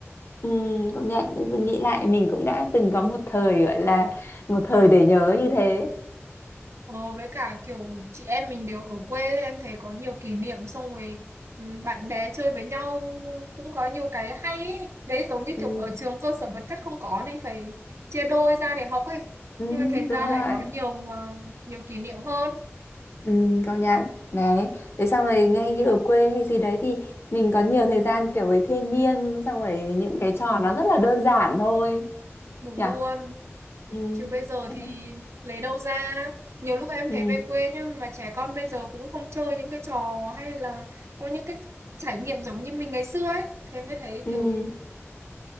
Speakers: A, on the left; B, on the right.
A: Ừ, công nhận giờ nghĩ lại mình cũng đã từng có một thời gọi là một thời để nhớ như thế.
B: Ờ, với cả kiểu chị em mình đều ở quê em thấy có nhiều kỷ niệm xong rồi ừ, bạn bè chơi với nhau cũng có nhiều cái hay ấy. Đấy giống như
A: Ừ,
B: kiểu ở trường cơ sở vật chất không có nên phải chia đôi ra để học ấy
A: ừ
B: nhưng mà thành ra
A: đúng rồi.
B: lại có nhiều ờ, nhiều kỷ niệm hơn
A: Ừ, công nhận. Đấy, thế xong rồi ngay như ở quê hay gì đấy thì mình có nhiều thời gian kiểu với thiên nhiên xong rồi những cái trò nó rất là đơn giản thôi
B: đúng
A: nhỉ.
B: luôn
A: Ừ.
B: chứ bây giờ
A: Đấy.
B: thì lấy đâu ra nhiều lúc em
A: Ừ.
B: thấy về quê nhưng mà trẻ con bây giờ cũng không chơi những cái trò hay là có những cái trải nghiệm giống như mình ngày xưa ấy thế mới thấy
A: Ừ.
B: kiểu